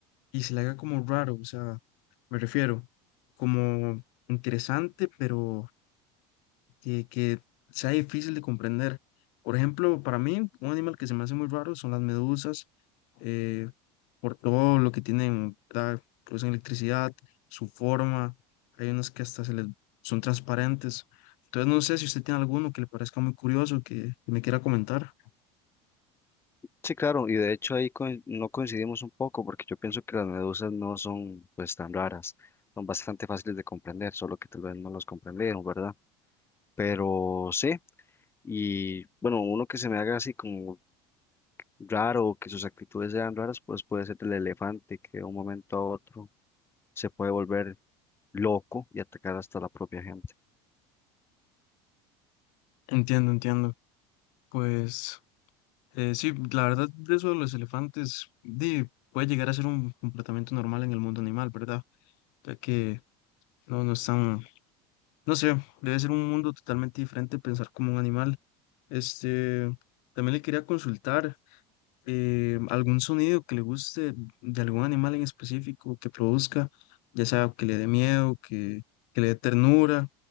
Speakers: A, on the left (about 70°); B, on the left (about 15°).
A: y se le haga como raro? O sea, me refiero, como interesante, pero que, que sea difícil de comprender. Por ejemplo, para mí, un animal que se me hace muy raro son las medusas, eh, por todo lo que tienen, ¿verdad? Producen electricidad, su forma, hay unas que hasta se les, son transparentes. Entonces, no sé si usted tiene alguno que le parezca muy curioso, que, que me quiera comentar.
B: Sí, claro, y de hecho ahí coin- no coincidimos un poco porque yo pienso que las medusas no son pues tan raras, son bastante fáciles de comprender, solo que tal vez no los comprendieron, ¿verdad? Pero sí, y bueno, uno que se me haga así como raro, que sus actitudes sean raras, pues puede ser el elefante que de un momento a otro se puede volver loco y atacar hasta la propia gente.
A: Entiendo, entiendo. Pues eh, sí, la verdad de eso de los elefantes di, puede llegar a ser un comportamiento normal en el mundo animal, ¿verdad? Ya que no, no están No sé, debe ser un mundo totalmente diferente pensar como un animal. Este, también le quería consultar eh, algún sonido que le guste de algún animal en específico que produzca, ya sea que le dé miedo, que, que le dé ternura